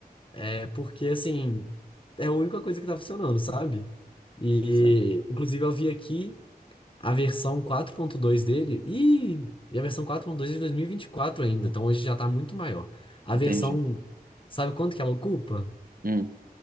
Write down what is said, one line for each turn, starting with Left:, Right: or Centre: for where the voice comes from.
Left: É porque, assim, é a única coisa que tá funcionando, sabe? E,
Right: Pois é,
Left: inclusive, eu vi aqui a versão quatro ponto dois dele e, e a versão quatro ponto dois é de dois mil e e vinte e quatro ainda, então hoje já tá muito maior. A
Right: entendi.
Left: versão, sabe quanto que ela ocupa?
Right: Hum.